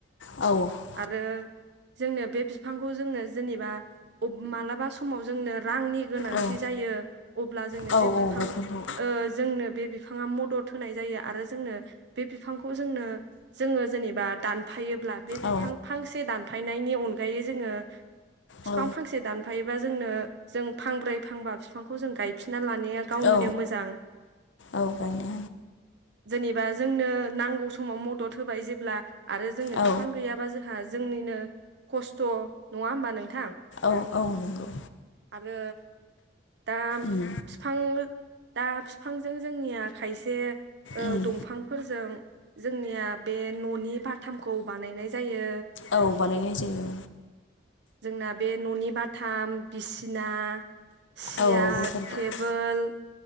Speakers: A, on the left (about 75°); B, on the right (about 60°).
A: औ औ
B: <inaudible> आरो जोंनो बे बिफांखौ जोंनो जेनेबा मालाबा समाव जोंनो रांनि गोनांथि
A: औ
B: जायो अब्ला जोंनो
A: औ
B: बे फिफां
A: बेफोरखौ
B: ओ जोंनो बे बिफ बिफांङा मदद होनाय जायो आरो जोंनो बे बिफांखौ जोंनो जोङो जेनेबा दानफायो ब्ला बे बिफां
A: औ
B: फांसे दान फायनायनि अनगायै जोङो फिफां
A: औ
B: फांसे दान हायोबा जोंनो जों फांब्रै फांबा बिफांखौ जों गायफिन गायफिनना लानाया गावनिनो
A: औ
B: मोजां
A: औ गायनो
B: <inaudible> जोंनो नांगौ समाव मदद होबाय जेब्ला आरो जोंनो
A: औ
B: फिफां गैयाबा जोंहा जोंनिनो खस्थ नङा होमबा नोंथां
A: औ - औ नंगौ
B: आरो दा
A: उम
B: फिफांजों दा फिफांजों जोंनिया खायसे ओ
A: उम
B: दंफांफोरजों जोंनिया बे ननि बाथामखौ बानायनाय जायो
A: औ बानायनाय जायो
B: जोंना बे ननि बाथाम बिसिना सियार
A: औ बैफोरखौ
B: टेबोल